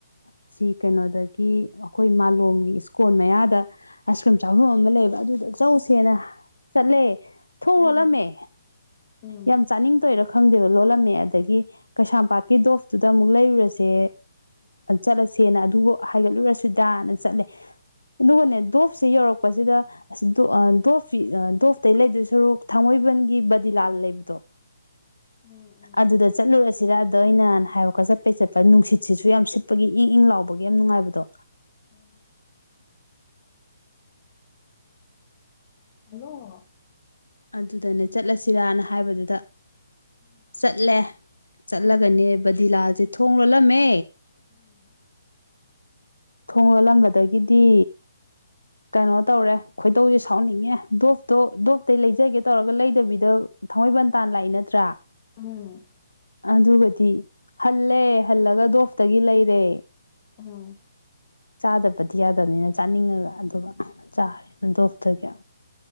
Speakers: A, on the left; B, on the left.
A: ꯑꯁꯤ ꯀꯩꯅꯣꯗꯒꯤ ꯑꯩꯈꯣꯏ ꯃꯥꯂꯣꯝꯒꯤ ꯏꯁꯀꯣꯟꯜ ꯃꯌꯥꯗ ꯑꯥꯏꯁ ꯀ꯭ꯔꯤꯝ ꯆꯥꯐꯝ ꯑꯃ ꯂꯩꯕ ꯑꯗꯨꯗ ꯆꯧꯁꯦꯅ ꯆꯠꯂꯦ ꯊꯣꯡ
B: ꯎꯝ
A: ꯂꯣꯜꯂꯝꯃꯦ
B: ꯎꯝ
A: ꯌꯥꯝ ꯆꯥꯅꯤꯡ ꯇꯣꯏꯔꯣ ꯈꯪꯗꯦꯕ ꯂꯣꯜꯂꯝꯃꯦ ꯑꯗꯒꯤ ꯀꯩꯁꯥꯝꯄꯥꯠꯀꯤ ꯗꯣꯐꯇꯨꯗ ꯑꯃꯨꯛ ꯂꯩꯔꯨꯔꯁꯦ ꯆꯠꯂꯁꯦꯅ ꯑꯗꯨꯕꯨ ꯍꯥꯏꯒꯠꯂꯨꯔꯁꯨꯗꯥꯅ ꯆꯠꯂꯦ ꯑꯗꯨꯒꯅꯦ ꯗꯣꯞꯁꯦ ꯌꯧꯔꯛꯄꯁꯤꯗ ꯗꯣꯞ ꯗꯣꯞꯇꯇꯩ ꯂꯩꯗꯣꯏ ꯁꯣꯔꯨꯛ ꯊꯥꯡꯃꯩꯕꯟꯒꯤ ꯕꯗꯤꯂꯥꯜ ꯂꯩꯕꯗꯣ
B: ꯎꯝ ꯎꯝ
A: ꯑꯗꯨꯗ
B: ꯎꯝ
A: ꯆꯠꯂꯨꯔꯁꯤꯔ ꯑꯗ ꯑꯩꯅ ꯍꯥꯏꯔꯛꯀ ꯆꯠꯄꯩ ꯆꯠꯄ ꯅꯨꯡꯁꯤꯠꯁꯤꯁꯨ ꯌꯥꯝ ꯁꯤꯠꯄꯒꯤ ꯏꯪ ꯏꯪ ꯂꯥꯎꯕꯒꯤ ꯌꯥꯝ ꯅꯨꯡꯉꯥꯏꯕꯗꯣ
B: ꯎ ꯍꯜꯂꯣ
A: ꯑꯗꯨꯗꯅꯦ ꯆꯠꯂꯁꯤꯔꯥꯅ ꯍꯥꯏꯕꯗꯨꯗ
B: ꯎꯝ
A: ꯆꯠꯂꯦ ꯆꯠꯂꯒꯅꯦ
B: ꯎꯝ
A: ꯕꯗꯤꯤꯂꯥꯜꯁꯦ ꯊꯣꯡ ꯂꯣꯜꯂꯝꯃꯦ
B: ꯎꯝ
A: ꯊꯣꯡ ꯂꯣꯜꯂꯝꯕꯗꯒꯤꯗꯤ ꯀꯩꯅꯣ ꯇꯧꯔꯦ ꯈꯣꯏꯇꯧꯁꯦ ꯁꯥꯎꯅꯤꯡꯉꯦ ꯗꯣꯞꯇꯣ ꯗꯣꯞꯇ ꯂꯩꯖꯒꯦ ꯇꯧꯔꯒ ꯂꯩꯗꯕꯤꯗ ꯊꯥꯡꯃꯩꯕꯟ ꯇꯥꯟ ꯂꯥꯛꯏ ꯅꯠꯇ꯭ꯔꯥ
B: ꯎꯝ
A: ꯑꯗꯨꯒꯗꯤ ꯍꯜꯂꯦ ꯍꯜꯂꯒ ꯗꯣꯐꯇꯒꯤ ꯂꯩꯔꯦ
B: ꯑꯣꯝ
A: ꯆꯥꯗꯕꯗꯤ ꯌꯥꯗꯕꯅꯤꯅ ꯆꯥꯅꯤꯡꯉꯒ ꯑꯗꯨꯒ ꯆꯥꯔꯦ ꯗꯣꯞꯇꯒꯤꯦ